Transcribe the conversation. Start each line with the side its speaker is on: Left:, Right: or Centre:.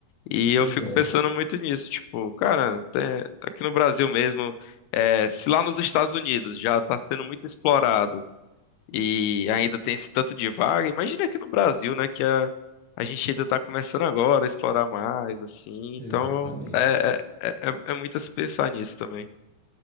Left: E eu
Right: Pois
Left: fico
Right: é,
Left: pensando muito nisso, tipo, cara, tem- aqui no Brasil mesmo, é, se lá nos Estados Unidos já está sendo muito explorado e ainda tem esse tanto de vaga, imagina aqui no Brasil, né, que a, a gente ainda está começando agora a explorar mais, assim, então
Right: exatamente.
Left: é, é, é, é- é muito a se pensar nisso também.